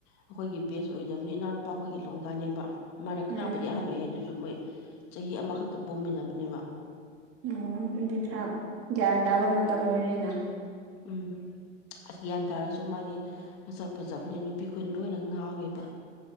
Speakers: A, on the left; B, on the right.
A: ꯑꯩꯈꯣꯏꯒꯤ ꯕꯦꯁ ꯑꯣꯏꯗꯕꯝꯅꯤꯅ ꯏꯅꯥꯎꯅꯨꯄꯥ ꯈꯣꯏꯒꯤ ꯂꯣꯡꯒꯥꯅꯦꯕ ꯃꯥꯅ
B: ꯎꯝ
A: ꯈꯔꯕꯨꯗꯤ ꯑꯍꯥꯟ ꯑꯣꯏꯌꯦ ꯑꯗꯨꯁꯨ ꯃꯣꯏ ꯆꯍꯤ ꯑꯃꯈꯛꯇ ꯄꯣꯡꯃꯤꯟꯅꯕꯅꯦꯕ
B: ꯑꯣ ꯑꯗꯨꯗꯤ ꯈꯔ ꯒ꯭ꯌꯥꯟ ꯇꯥꯕ ꯃꯇꯝ ꯑꯣꯏꯔꯦꯅ
A: ꯎꯝ ꯑꯁ ꯒ꯭ꯌꯥꯟ ꯇꯥꯔꯁꯨ ꯃꯥꯗꯤ ꯃꯁꯛ ꯐꯖꯕꯅꯤ ꯅꯨꯞ ꯄꯤꯈꯣꯏꯅ ꯂꯣꯏꯅ ꯉꯥꯎꯋꯦꯕ